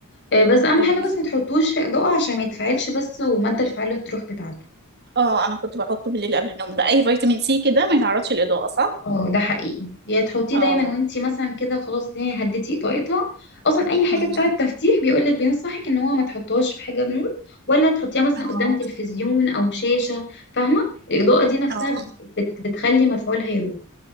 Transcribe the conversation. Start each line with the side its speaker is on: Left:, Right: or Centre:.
Left: آه، بس اهم
Right: تمام
Left: حاجة بس ما تحطوش في اضاءة عشان ما يتفعلش بس ومادة الفعالة تروح بتاعته
Right: اه انا كنت بحطه بالليل قبل النوم ده اي فيتامين سي كده ما يتعرضش للإضاءة صح؟
Left: اه ده حقيقي يا تحطيه
Right: اه
Left: دايما وانت مثلا كده خلاص الدنيا هديتي اضاءتها اصلا اي حاجة
Right: أمم،
Left: بتاعة تفتيح بيقولك بينصحك ان هو ما تحطهاش في حاجة بنور ولا تحطيها مثلا
Right: اه
Left: قدام تلفزيون او شاشة فاهمة الاضاءة دي نفسها
Right: اه
Left: بت- بتخلي مفعولها يروح